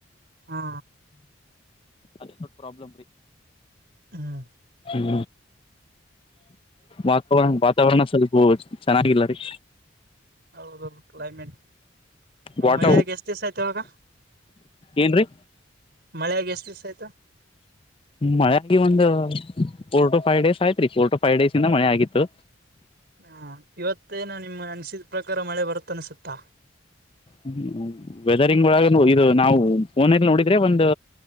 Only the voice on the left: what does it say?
ಅದೇ ದೊಡ್ ಪ್ರಾಬ್ಲಮ ರೀ
ಹ್ಮ ವಾತಾವ ವಾತಾವರಣ ಸ್ವಲ್ಪ ಚೆನ್ನಾಗಿಲ್ಲ ರೀ
ವಾಟ
ಏನ್ರೀ
ಮಳಾಗಿ ಒಂದು ಫೋರ್ ಟ ೈ್ ಡೇಸ್ ಆಯ್ತ್ರಿ ಫೋರ್ ಟು ಫೈವ್ ಡೇಸ್ ಇಂದ ಮಳೆ ಆಗಿತ್ತು
ಹ್ಮ ವೆದರಿಂಗ್ ಒಳಗ ಇದು ನಾವು ಫೋನಲ್ಲಿ ನೋಡಿದ್ರೆ ಒಂದು